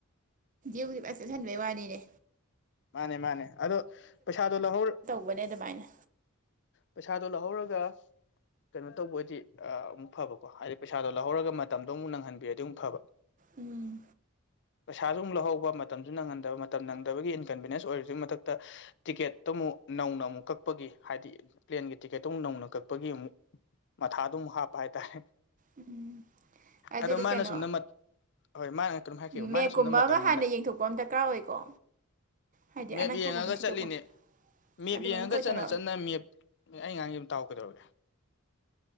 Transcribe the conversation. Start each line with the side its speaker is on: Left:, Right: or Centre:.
Right: ꯕꯨꯗꯤ ꯄ ꯆꯁꯟꯕꯩ ꯋꯥꯅꯤꯅꯦ
Left: ꯃꯥꯅꯦ ꯃꯥꯅꯦ ꯑꯗꯣ ꯄꯩꯁꯥꯗꯣ ꯂꯧꯍꯧ
Right: ꯋꯥꯦ ꯗꯨꯃꯥꯏꯅ
Left: ꯄꯩꯁꯥꯗꯣ ꯂꯧꯍꯧꯔꯒ ꯀꯩꯅꯣ ꯇꯧꯕꯗꯤ ꯑꯃꯨꯛ ꯐꯕꯀꯣ ꯍꯥꯏꯗꯤ ꯄꯩꯁꯥꯗꯣ ꯂꯧꯍꯧꯔꯒ ꯃꯇꯝꯗꯣ ꯑꯃꯨꯛ ꯅꯪꯍꯟꯕꯤꯔꯗꯤ ꯑꯃꯨꯛ ꯐꯕ
Right: ꯎꯝ
Left: ꯄꯩꯁꯥꯁꯨ ꯑꯃꯨꯛ ꯂꯧꯍꯧꯕ ꯃꯇꯝꯁꯨ ꯅꯪꯍꯟꯗꯕ ꯃꯇꯝ ꯅꯪꯗꯕꯒꯤ ꯏꯟꯀꯟꯕꯤꯅꯦꯟꯁ ꯑꯣꯏꯔꯤꯗꯨꯒꯤ ꯃꯊꯛꯇ ꯇꯤꯀꯦꯠꯇꯨ ꯑꯃꯨꯛ ꯅꯧꯅ ꯑꯃꯨꯛ ꯀꯛꯄꯒꯤ ꯍꯥꯏꯗꯤ ꯄ꯭ꯂꯦꯟꯒꯤ ꯇꯤꯀꯦꯠꯇꯣ ꯅꯧꯅ ꯀꯛꯄꯒꯤ ꯑꯃꯨꯛ ꯃꯊꯥꯗꯨ ꯑꯃꯨꯛ ꯍꯥꯞꯄ ꯍꯥꯏꯇꯥꯔꯦ
Right: ꯎꯝ ꯑꯗꯨꯗꯤ
Left: ꯑꯗꯣ ꯃꯥꯅ
Right: ꯀꯩꯅꯣ
Left: ꯁꯨꯝ ꯅꯝꯃꯛ ꯍꯣꯏ ꯃꯥꯅ ꯀꯝ ꯍꯥꯏꯈꯤꯕ
Right: ꯃꯦꯞꯀꯨꯝꯕ
Left: ꯃꯥꯅ ꯁꯣꯝꯅ ꯃꯇꯝꯅ
Right: ꯑꯃ ꯍꯥꯟꯅ ꯌꯦꯡꯊꯣꯛꯄ ꯑꯃ ꯗꯔꯀꯥꯔ ꯑꯣꯏꯀꯣ ꯍꯥꯏꯗꯤ
Left: ꯃꯦꯞ
Right: ꯑꯅꯛꯄꯒꯨꯝꯕ
Left: ꯌꯦꯡꯉꯒ
Right: ꯊꯤꯗꯣꯛꯄ
Left: ꯆꯠꯂꯤꯅꯦ ꯃꯦꯞ
Right: ꯑꯗꯨꯒ
Left: ꯌꯦꯡꯉꯒ
Right: ꯅꯪ ꯀꯣꯏꯊꯣꯔꯛꯑꯣ
Left: ꯆꯠꯅ ꯆꯠꯅ ꯃꯦꯞ ꯑꯩ ꯉꯥꯡꯁ ꯑꯗꯨꯝ ꯇꯥꯎꯀꯗꯧꯔꯒꯦ